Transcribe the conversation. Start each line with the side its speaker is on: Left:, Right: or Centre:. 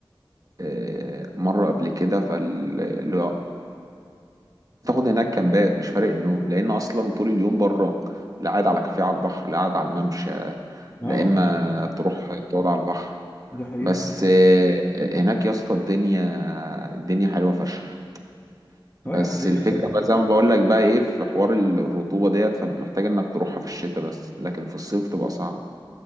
Right: آه، مرة قبل كده فال تاخد هناك كامبات مش فارق النوم لان اصلا طول اليوم بره لا قاعد على كافيه على البحر لا قاعد على الممشى
Left: اه
Right: لا اما تروح تقعد على البحر
Left: دي حقيقة
Right: بس آه، هناك يا اسطى الدنيا الدنيا حلوه فشخ
Left: اه
Right: بس
Left: يا عم الدنيا
Right: الفكره
Left: تانية.
Right: بقى زي ما بقول لك بقى ايه في حوار الرطوبه ديت فمحتاج انك تروحها في الشتاء بس لكن في الصيف تبقى صعب